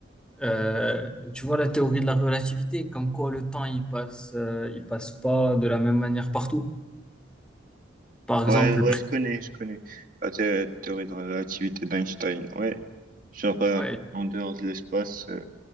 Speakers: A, in the centre; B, on the right (about 45°).
A: Euh, tu vois la théorie de la relativité, comme quoi le temps il passe, euh, il passe pas de la même manière partout. Par exemple,
B: Ouais, ouais,
A: le prix.
B: je connais, je connais. La thé- théorie de la relativité d'Einstein, ouais. Genre, euh,
A: ouais,
B: en dehors de l'espace, euh,